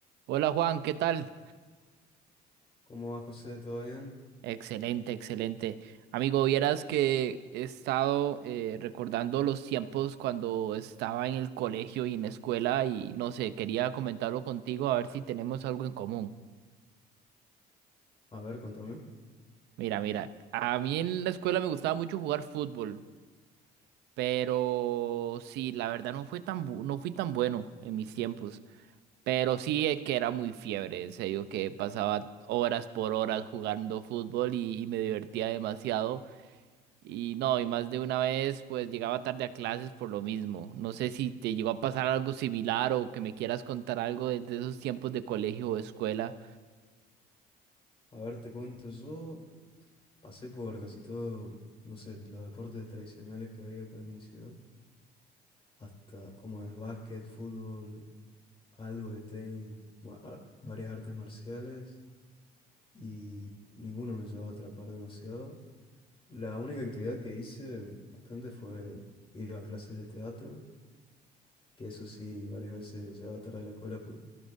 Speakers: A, on the right; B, on the left.
A: Hola Juan, ¿qué tal?
B: ¿Cómo va, José? ¿Todo bien?
A: Excelente, excelente. Amigo, vieras que he estado eh, recordando los tiempos cuando estaba en el colegio y en la escuela y no sé, quería comentarlo contigo a ver si tenemos algo en común.
B: A ver, contame.
A: Mira, mira, a mí en la escuela me gustaba mucho jugar fútbol, pero sí, la verdad no fue tan bu- no fui tan bueno en mis tiempos, pero sí eh, que era muy fiebre, en serio, que pasaba horas por horas jugando fútbol y y me divertía demasiado. Y no, y más de una vez pues llegaba tarde a clases por lo mismo. No sé si te llegó a pasar algo similar o que me quieras contar algo de, de esos tiempos de colegio o escuela.
B: A ver, te cuento, yo pasé por casi todo, no sé, los deportes tradicionales que había acá en mi ciudad, hasta como es básquet, fútbol, algo de tenis, bu- a- varias artes marciales, y ninguno me llevó a atrapar demasiado. La única actividad que hice bastante fue ir a clases de teatro, que eso sí, varias veces llegaba tarde a la escuela por,